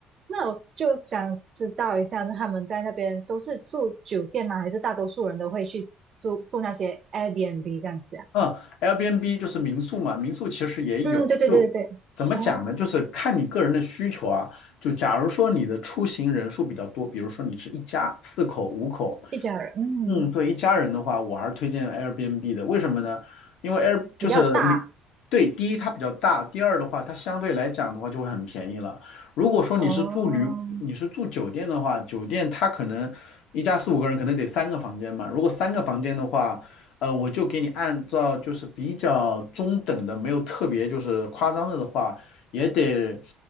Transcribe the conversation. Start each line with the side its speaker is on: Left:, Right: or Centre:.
Right: 那我就想知道一下，那他们在那边都是住酒店吗？还是大多数人都会去住住那些 Airbnb 这样子啊？
Left: 嗯，Airbnb 就是民宿嘛，民宿其实也有，
Right: 嗯，对对对对对。
Left: 就怎么讲呢？
Right: 哦，
Left: 就是看你个人的需求啊。就假如说你的出行人数比较多，比如说你是一家四口、五口，
Right: 一家人，嗯，
Left: 嗯，对，一家人的话，我还是推荐 Airbnb 的。为什么呢？因为 Air 就是民，
Right: 比较大。
Left: 对，第一它比较大，第二的话，它相对来讲的话就会很便宜了。如果说你是住旅，
Right: 哦
Left: 你是住酒店的话，酒店它可能一家四五个人可能得三个房间嘛，如果三个房间的话。呃，我就给你按照就是比较中等的，没有特别就是夸张的的话，也得